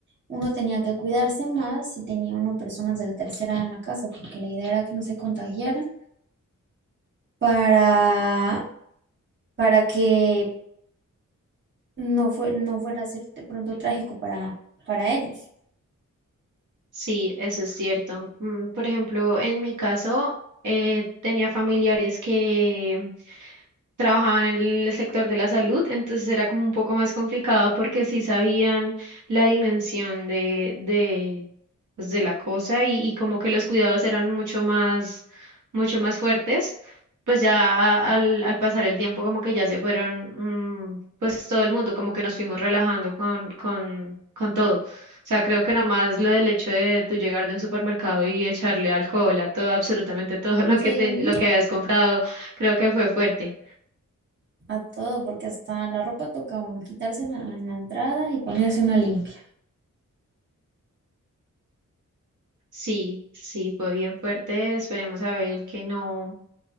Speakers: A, on the right (about 35°); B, on the right (about 75°).
A: uno tenía que cuidarse más si tenía uno personas de la tercera edad en la casa, porque la idea era que no se contagiaran para, para que no, fue, no fuera a ser de pronto trágico para, para ellos.
B: Sí, eso es cierto. Mm, Por ejemplo, en mi caso, eh, tenía familiares que trabajaban en el sector de la salud, entonces era como un poco más complicado porque sí sabían la dimensión de, de, pues, de la cosa y, y como que los cuidados eran mucho más, mucho más fuertes, pues ya al, al pasar el tiempo como que ya se fueron, mm, pues todo el mundo como que nos fuimos relajando con, con, con todo. O sea, creo que nomás lo del hecho de tú llegar de un supermercado y echarle alcohol a todo, absolutamente todo lo
A: Sí.
B: que, te- lo que habías comprado, creo que fue fuerte.
A: a todo, porque hasta la ropa toca uno quitarse en la, en la entrada y ponerse una limpia.
B: Sí, sí, fue bien fuerte. Esperemos a ver que no,